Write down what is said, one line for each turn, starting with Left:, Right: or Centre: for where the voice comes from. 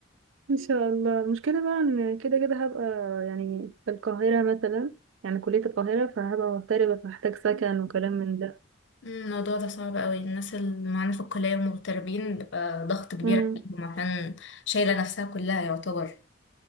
Right: إن شاء الله المشكلة بقى إن كده كده هبقى يعني في القاهرة مثلا يعني كلية القاهرة فهبقى مغتربة فهحتاج سكن وكلام من ده
Left: الموضوع ده صعب قوي الناس اللي معانا في الكلية ومغتربين بيبقى ضغط كبير
Right: امم
Left: عليهم عشان شايلة نفسها كلها يعتبر